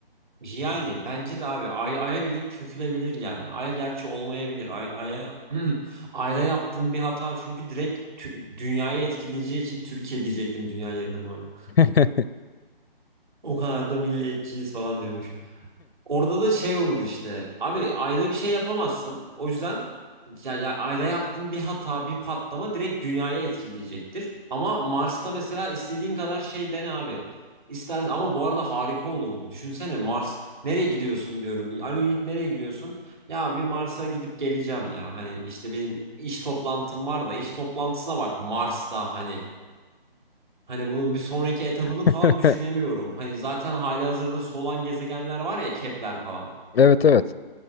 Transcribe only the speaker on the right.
Yani bence de abi ay, aya bile çökülebilir yani. Ay gerçi olmayabilir. Ay, aya <clears throat> ayda yaptığın bir hata çünkü direkt tü- dünyayı etkileyeceği için Türkiye diyecektim dünya yerine bu arada.
O kadar da milliyetçiyiz falan diyormuşum. Orada da şey olur işte. Abi ayda bir şey yapamazsın. O yüzden ya, ya ayda yaptığın bir hata, bir patlama direkt dünyaya etkileyecektir. Ama Mars'ta mesela istediğin kadar şey dene abi. İster ama bu arada harika olurdu. Düşünsene Mars nereye gidiyorsun diyorum. Alo Yiğit nereye gidiyorsun? Ya bir Mars'a gidip geleceğim ya. Hani işte benim iş toplantım var da iş toplantısına bak Mars'ta hani. Hani bunun bir sonraki etabını
falan düşünemiyorum. Hani zaten halihazırda solan gezegenler var ya Kepler falan.